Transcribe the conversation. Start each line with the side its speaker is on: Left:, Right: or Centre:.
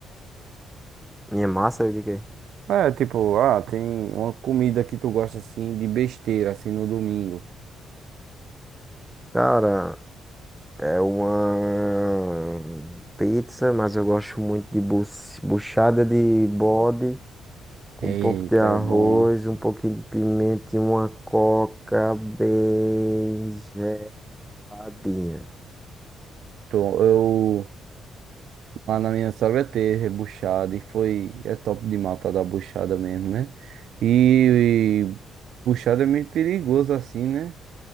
Centre: Minha massa de quê?
Right: É, tipo, ah, tem uma comida que tu gosta assim de besteira, assim no domingo.
Centre: Cara, é uma pizza, mas eu gosto muito de bu- buchada de bode, com
Right: Eita,
Centre: um pouco de arroz,
Right: é bom.
Centre: um pouquinho de pimenta e uma coca bem geladinha.
Right: Então, eu lá na minha sogra teve rebuchada e foi. É top de matar da buchada mesmo, né? E, e buchada é meio perigoso assim, né?